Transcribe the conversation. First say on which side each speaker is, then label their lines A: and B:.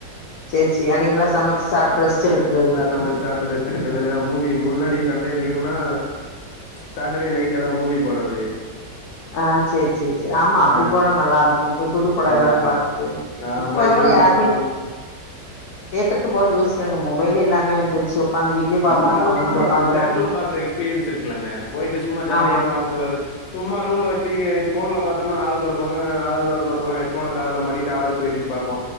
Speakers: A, on the left; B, on the left.
A: சேர் சேரி அன்னைக்கெல்லா சமச்சு சாப்பிட்டு ரெஸ்ட் எடுக்றது
B: சமச்சு சாப்ட்டு ரெஸ் ட் எடுக்றது இல்லைன்னா மூவி முன்னாடி
A: ம்
B: சண்டே லீவுன்னா சாட்டர்டே நைட்டு எதா மூவி போறது
A: ஆ சேர் சேர் சேரி ஆமா அப்டி
B: ஆ
A: போனா நல்லா இருக்கு போய் புதுப்படோ
B: அதா
A: ஏதாவது
B: அதா
A: பாத்துட்டு
B: அதா ஆ
A: இப்ப
B: போய்
A: எவ்ளோ
B: மூவிஸ்
A: யாருமே
B: பாத்துட்டு வந்து
A: தேட்ருக்கு போறதுக் யோசிக்றாங்க மொபைல்லே எல்லாமே வந்துருச்சு உக்காந்து வீட்லயே பாப்போ
B: வந்தாலு
A: அப்டின்ட்டு உக்காந்துறாங்க
B: அந்த தேட்டர்ல பாக்குற எக்ஸ்பீரியன்ஸ் இருக்குலங்க போய்ட்டு சும்மா ஜாலியா
A: ஆமா
B: பாத்துட்டு வரது சும்மா ரூம்ல டிவி ஃபோன்ல பாத்தோம்னா ஆளுக்கொரு பக்கோ ஆளுலக் ஒருப்பக்கோ ஹெட்ஃபோன காதுல மாட்டிட்டு ஆளுக்கு பேசிட்டு பாப் போ